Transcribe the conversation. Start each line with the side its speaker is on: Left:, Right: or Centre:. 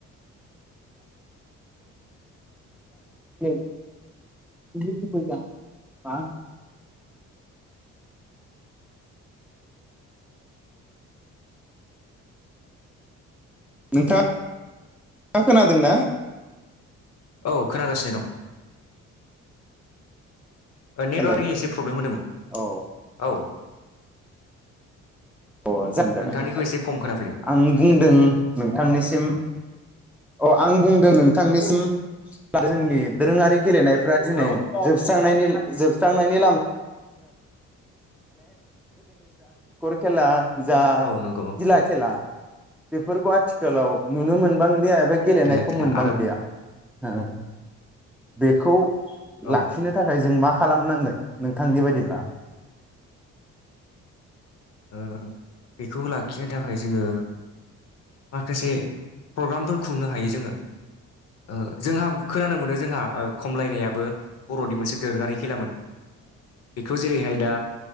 Centre: <unintelligible> <unintelligible> <unintelligible> नोंथाङा खोनादों ना
Left: औ खोनागासिनो दं नेटवार्कनि
Centre: हेलौ
Left: एसे प्रब्लेम होदोंमोन
Centre: अ
Left: औ
Centre: अ <inaudible> जाग <inaudible> जागोन
Left: नोंथांनिखौ एसे खम खोनाफैदों
Centre: आं बुंदों नोंथांनिसिम
Left: औ
Centre: अ आं बुंदों नोंथां नोंथांनिसिम जोंनि दोरोङारि गेलेनाय दिनै
Left: औ
Centre: जोबस्रांनायनि <unintelligible> खेला जा
Left: औ नंगौ
Centre: गिला खेला बेफोरखौ आथिखालाव नुनो मोनबांलिया एबा बै गेलेनायखौ
Left: गिला गिला
Centre: मोनबांलिया
Left: आरो
Centre: हो
Left: औ
Centre: बेखौ
Left: ओ
Centre: लाखिनो थाखाय जों मा खालामनांगोन नोंथांनि बायदिब्ला
Left: ओ बेखौ लाखिनो थाखाय जोङो माखासे प्रग्रामफोर खुंनो हायो जोङो ओ जोंहा खोनानो मोनो जोंहा खमलायनायाबो बर'नि मोनसे दोरोङारि खेलामोन बेखौ जेरैहाय दा